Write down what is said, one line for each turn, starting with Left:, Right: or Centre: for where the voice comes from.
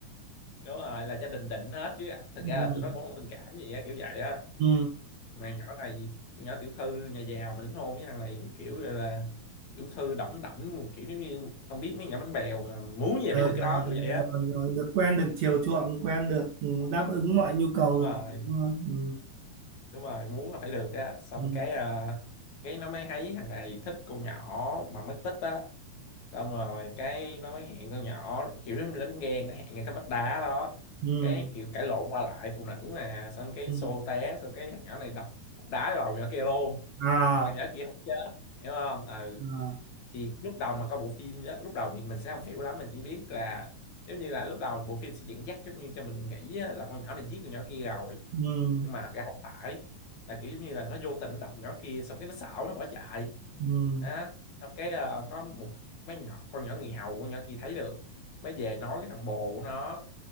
Left: đúng rồi là gia đình định hết chứ thực
Right: ừ
Left: ra là tụi nó cũng không có tình cảm gì á kiểu vậy á
Right: ừ
Left: mà nhỏ này con nhỏ tiểu thư nhà giàu mà đính hôn với thằng này thì kiểu là, là tiểu thư đỏng đảnh một kiểu giống như không biết mấy nhà bánh bèo mà muốn gì là phải được
Right: rồi,
Left: cái đó kiểu vậy á
Right: rồi được quen được chiều chuộng quen được ừ, đáp ứng mọi nhu cầu
Left: đúng
Right: rồi
Left: rồi
Right: đúng rồi. ừ,
Left: đúng rồi muốn là phải được á xong
Right: ừ,
Left: cái à, cái nó mới thấy thằng này thích con nhỏ mà mất tích á xong rồi cái nó mới hẹn con nhỏ kiểu nó như đánh ghen nó hẹn ngay cái vách đá đó
Right: ừ,
Left: cái kiểu cãi lộn qua lại phụ nữ mà xong cái
Right: ừ.
Left: xô té xong cái thằng nhỏ này đập cục đá vào đầu nhỏ kia luôn
Right: à
Left: nhưng mà nhỏ kia không chết hiểu không ừ
Right: à
Left: thì lúc đầu mà có bộ phim đó, lúc đầu thì mình sẽ không hiểu lắm mình chỉ biết là giống như là lúc đầu bộ phim sẽ dẫn dắt giống như cho mình nghĩ á, là con nhỏ này giết con nhỏ kia rồi
Right: ừ,
Left: nhưng mà thật ra không phải là kiểu giống như là nó vô tình đập nhỏ kia xong cái nó xảo nó bỏ chạy
Right: ừ,
Left: đó xong cái ờ, có một mấy nhỏ con nhỏ người hầu con nhỏ kia thấy được mới về nói cái thằng bồ của nó